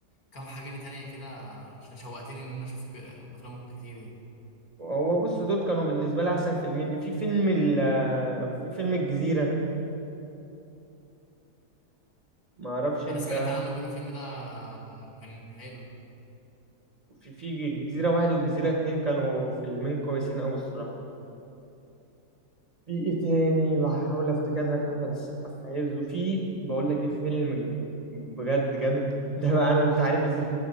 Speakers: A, on the left (about 65°); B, on the right (about 35°).
A: كام حاجه ليه تانية كده عشان شوقتني ان انا اشوف كده افلامه كتير دي
B: هو بص دول كانوا بالنسبة لي احسن فيلمين في فيلم ال في فيلم الجزيرة ما اعرفش انت
A: انا سمعت عنه بيقولوا الفيلم ده كان حلو
B: في في جزيرة واحد والجزيرة اتنين كانوا فيلمين كويسين أوي الصراحة في ايه تاني بحاول افتكر لك احمد السقا في عزه في بقول لك ايه في فيلم بجد جامد <laughs> ده بقى انا مش عارف ازاي